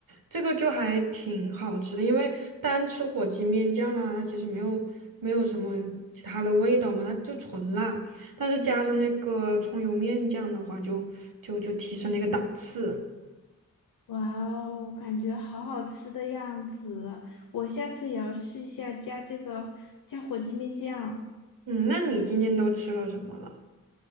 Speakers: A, on the right; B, on the left.
A: 这个就还挺好吃的。因为单吃火鸡面酱呢，它其实没有没有什么其他的味道嘛，它就纯辣，但是加上那个葱油面酱的话就就就提升了一个档次。
B: 哇哦，感觉好好吃的样子，我下次也要试一下加这个加火鸡面酱。
A: 嗯，那你今天都吃了什么了？